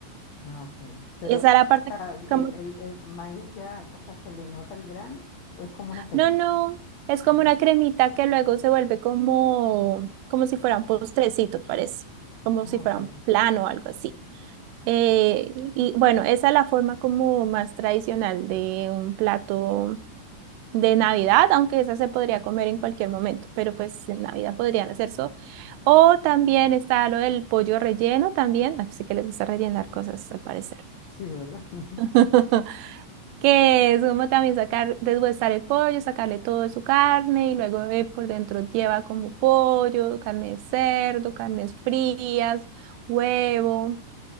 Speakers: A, on the left (about 75°); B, on the right (about 85°).
A: Ah, ok. Pero,
B: Esa
A: o
B: es la parte
A: sea, el,
B: como,
A: el- el maíz ya, o sea, ¿se le nota el grano o es como una crema?
B: no, no, es como
A: Ajá.
B: una cremita que luego se vuelve como, como si fuera un postrecito, parece, como
A: Ah,
B: si fuera
A: ok.
B: un flan o algo así. Eh, y bueno, esa es la forma como más tradicional de un plato de Navidad, aunque esa se podría comer en cualquier momento, pero pues en Navidad podrían hacer eso. O también está lo del pollo relleno también, así que les gusta rellenar cosas al parecer.
A: Sí, ¿verdad? <laughs>
B: <laughs> Que es como también sacar, deshuesar el pollo, sacarle todo de su carne y luego eh, por dentro lleva como pollo, carne de cerdo, carnes frías, huevo.